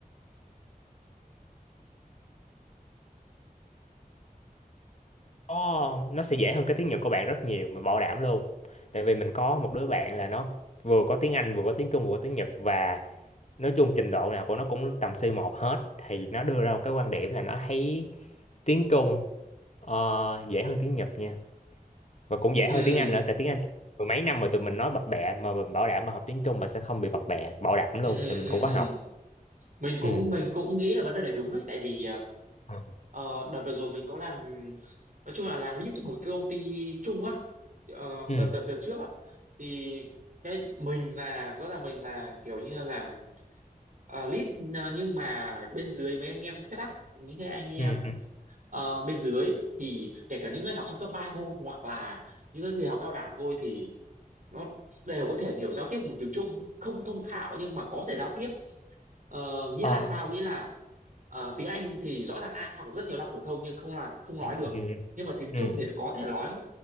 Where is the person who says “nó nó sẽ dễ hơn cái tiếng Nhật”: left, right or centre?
Left